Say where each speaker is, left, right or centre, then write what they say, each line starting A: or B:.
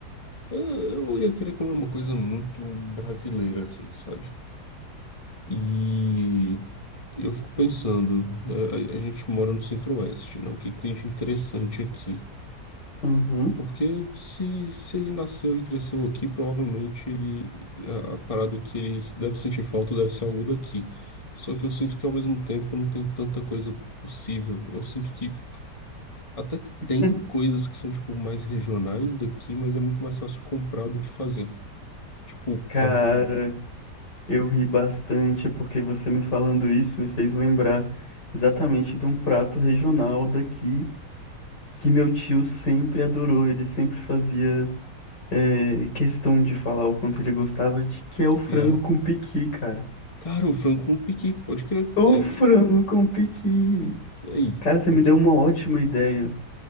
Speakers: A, on the left; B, on the left.
A: é, eu ia querer comer uma coisa muito brasileira, assim, sabe? E eu fico pensando, a, a- a gente mora no Centro-Oeste, né? O que que tem de interessante aqui?
B: Uhum.
A: Porque se, se ele nasceu e cresceu aqui, provavelmente ele, a, a parada que ele deve sentir falta deve ser algo daqui. Só que eu sinto que ao mesmo tempo não tem tanta coisa possível. Eu sinto que até
B: <laughs>
A: tem coisas que são tipo mais regionais daqui, mas é muito mais fácil comprar do que fazer. Tipo,
B: Cara,
A: pamonha,
B: eu ri bastante porque você me falando isso me fez lembrar exatamente de um prato regional daqui que meu tio sempre adorou. Ele sempre fazia. é, questão de falar o quanto ele gostava de que é o frango
A: que é.
B: com piqui, cara.
A: Cara, o frango com piqui, pode crer.
B: O
A: Ele é-
B: frango
A: ele
B: com piqui.
A: é- Aí,
B: Cara, você
A: pronto.
B: me deu uma ótima ideia.